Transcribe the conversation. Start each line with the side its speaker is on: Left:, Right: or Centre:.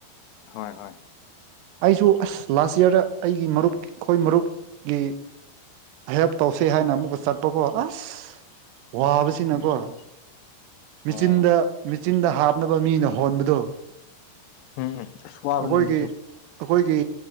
Left: ꯍꯣꯏ ꯍꯣꯏ
Right: ꯑꯩꯁꯨ ꯑꯁ ꯂꯥꯁ ꯏꯌꯥꯔꯗ ꯑꯩꯒꯤ ꯃꯔꯨꯞ ꯑꯩꯈꯣꯏ ꯃꯔꯨꯞꯀꯤ ꯍꯦꯜꯞ ꯇꯧꯁꯤ ꯍꯥꯏꯅ ꯑꯃꯨꯛꯀ ꯆꯠꯄꯀꯣ ꯑꯁ ꯋꯥꯕꯁꯤꯅꯀꯣ
Left: ꯎꯝ
Right: ꯃꯦꯆꯤꯟꯗ
Left: ꯑꯣ ꯎꯝ
Right: ꯃꯦꯆꯤꯟꯗ ꯍꯥꯞꯅꯕ ꯃꯤꯅ ꯍꯣꯟꯕꯗꯣ
Left: ꯎꯝ ꯑꯁ ꯋꯥꯕꯅꯦ
Right: ꯑꯩꯈꯣꯏꯒꯤ
Left: ꯑꯗꯨꯁꯨ
Right: ꯑꯩꯈꯣꯏꯒꯤ